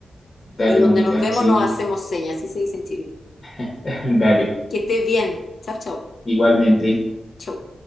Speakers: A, on the left (about 45°); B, on the left (about 70°).
A: Dale,
B: Y donde
A: Mónica,
B: nos vemos
A: seguimos.
B: nos hacemos señas, así se dice en Chile.
A: <laughs> Dale,
B: Que estés bien. Chau, chau,
A: igualmente.
B: Chau.